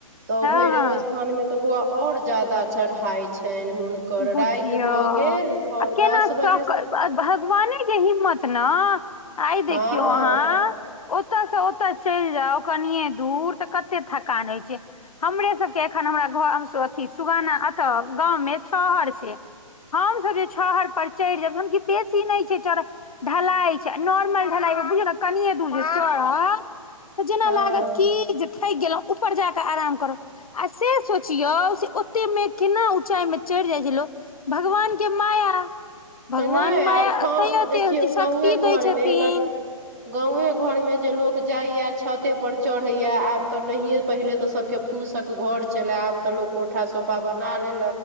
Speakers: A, on the right; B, on the left.
A: तऽ
B: हँ
A: भैरव
B: हँ
A: स्थान मे तऽ बौआ और ज्यादा चढ़ाय छै हुनकर
B: बुझियौ
A: राति भऽ गेल घर
B: आ केना
A: दस बजे
B: भगवाने के हिम्मत ने आइ देखियौ
A: हँ
B: अहाँ ओतय से ओतऽ चलि जाउ कनिये दूर तऽ कते थकान होइ छै हमरे सबके एखन हमरा घ अथु सुगाना अतऽ गाँमे शहर छै हमसभ जे छहर पर चढ़ि जायबन बेसी नहि छै ढलाई छै नॉर्मल ढलाइ बुझियौ ने कनिये दूर जे चढ़बै तऽ जेना
A: हँ
B: लागत की जे थकि गेलहु ऊपर जाकऽ आराम करब आ से सोचियौ से ओते मे केना ऊँचाइ मे चढ़ि जाइ छै लोक भगवान के माया भगवान
A: तऽ नहि
B: माया
A: आ हँ
B: एते
A: देखियौ
B: शक्ति
A: गाँए
B: दै
A: घरमे
B: छथिन
A: कत गाँवे घरमे जे लोक जाइए छते पर चढ़ैए आब तऽ नहियए पहिनेे तऽ सभ केँ फूसक घर चले आब तऽ लोक कोठा सोफा बना ले